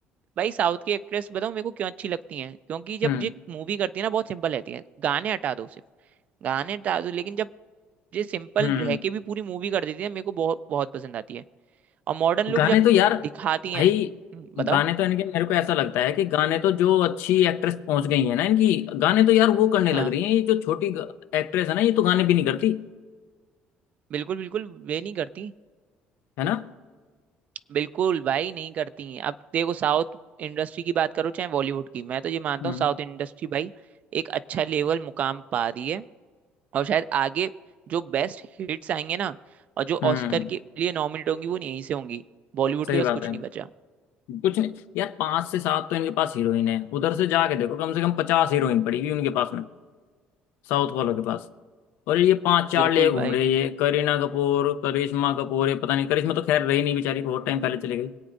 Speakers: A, on the right (about 40°); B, on the left (about 75°).
A: भाई साउथ की एक्ट्रेस बताओ मेरे को क्यों अच्छी लगती हैं क्योंकि जब
B: हम्म
A: ये मूवी करती है ना बहुत सिंपल रहती है गाने हटा दो सिर्फ गाने हटा दो लेकिन जब ये सिंपल
B: हम्म
A: रह
B: हम्म।
A: के भी पूरी मूवी कर देती है मेरे को बहुत बहुत पसंद आती है और मॉडर्न लुक
B: गाने
A: जब
B: तो यार
A: दिखाती
B: भाई
A: हैं हम्म, बताओ
B: गाने तो इनके मेरे को ऐसा लगता है कि गाने तो जो अच्छी एक्ट्रेस पहुंच गई है ना इनकी गाने तो यार वो करने
A: हाँ
B: लग रही है ये जो छोटी एक्ट्रेस है ना ये तो गाने भी नहीं करती
A: बिल्कुल बिल्कुल वे नहीं करती
B: है ना
A: बिल्कुल भाई नहीं करती हैं अब देखो साउथ इंडस्ट्री की बात करो चाहे बॉलीवुड की मैं तो ये मानता
B: हम्म
A: हूँ साउथ इंडस्ट्री भाई एक अच्छा लेवल मुकाम पा रही है और शायद आगे जो बेस्ट हिट्स आएंगे ना और जो
B: हम्म
A: ऑस्कर के लिए नॉमिनेट होंगी वो यहीं से होंगी बॉलीवुड
B: सही
A: के पास
B: बात
A: कुछ
B: है
A: नहीं बचा
B: कुछ नहीं यार पांच से सात तो इनके पास हीरोइन है उधर से जाके देखो कम से कम पचास हीरोइन पड़ी हुई उनके पास में साउथ वालों के पास और ये पांच चार
A: बिल्कुल
B: ले घूम
A: भाई
B: रहे
A: बिल-
B: हैं ये करीना कपूर करिश्मा कपूर ये पता नहीं करिश्मा तो खैर रही नहीं बेचारी बहुत टाइम पहले चली गई